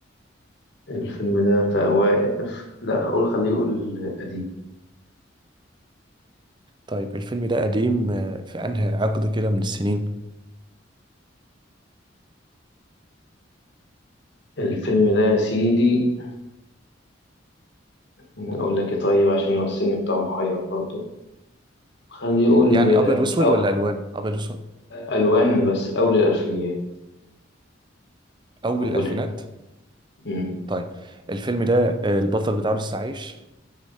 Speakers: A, on the left; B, on the right.
A: الفيلم ده في أوائل لا أقول خليه يقول قديم
B: طيب الفيلم ده قديم آه، في أنهي عقد كده من السنين؟
A: الفيلم ده يا سيدي أقول لك إيه طيب عشان هو السن بتاعه محير برضه خليه يقول
B: يعني أبيض وأسود
A: أو
B: ولا ألوان؟ أبيض وأسود
A: ألوان بس أول الألفينيات
B: أول
A: أولها
B: الألفينات
A: مم.
B: طيب الفيلم ده آه، البطل بتاعه لسه عايش